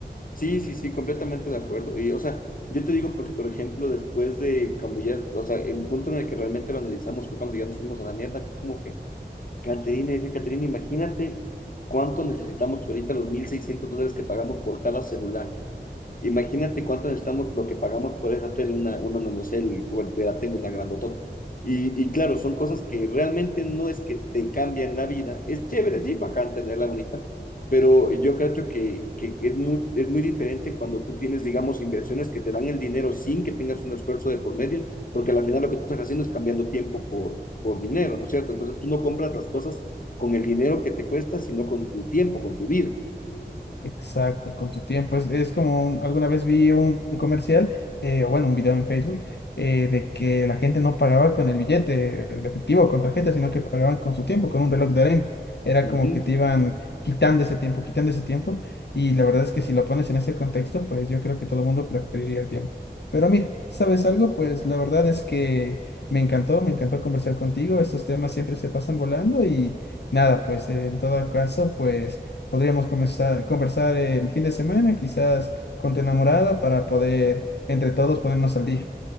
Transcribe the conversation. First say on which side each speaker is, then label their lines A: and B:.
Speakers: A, on the left; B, on the left.
A: Sí, sí, sí, completamente de acuerdo. Y, o sea, yo te digo porque, por ejemplo, después de cuando ya, o sea, el punto en el que realmente lo analizamos fue cuando ya nos fuimos a la mierda, fue como que Caterina, dice Caterina, imagínate cuánto necesitamos ahorita los 1.600 dólares que pagamos por cada celular. Imagínate cuánto necesitamos lo que pagamos por esa tele, una, una nanocell, bueno, yo ya tengo una grandotota. Y, y claro, son cosas que realmente no es que te cambian la vida. Es chévere, sí, bacán tenerla bonita, pero yo creo que, que es muy, es muy diferente cuando tú tienes, digamos, inversiones que te dan el dinero sin que tengas un esfuerzo de por medio, porque al final lo que tú estás haciendo es cambiando tiempo por, por dinero, ¿no es cierto? Entonces tú no compras las cosas con el dinero que te cuesta, sino con tu tiempo, con tu vida.
B: Exacto, con tu tiempo. Es, es como un- alguna vez vi un, un comercial, eh, o bueno, un video en Facebook, eh, de que la gente no pagaba con el billete, el efectivo con tarjeta, sino que pagaban con su tiempo, con un reloj de arena. Era
A: Ujú.
B: como que te iban quitando ese tiempo, quitando ese tiempo. Y la verdad es que si lo pones en ese contexto, pues yo creo que todo el mundo preferiría el tiempo. Pero mira, ¿sabes algo? Pues la verdad es que me encantó, me encantó conversar contigo. Estos temas siempre se pasan volando y nada, pues en todo caso, pues... Podríamos comenzar, conversar el fin de semana, quizás con tu enamorada, para poder entre todos ponernos al día.